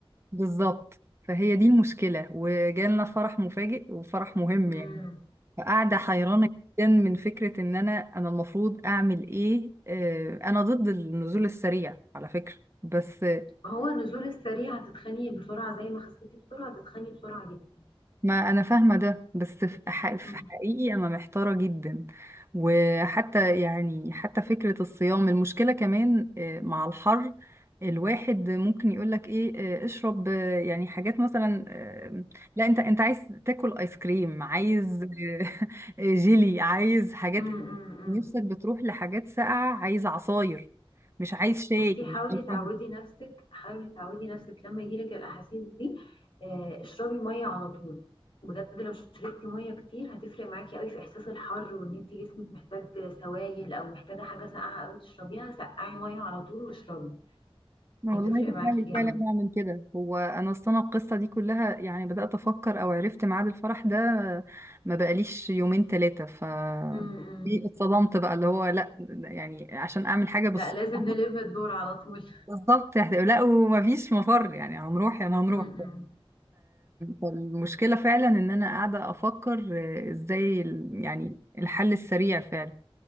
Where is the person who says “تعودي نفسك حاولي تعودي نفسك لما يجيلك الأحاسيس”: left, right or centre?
Left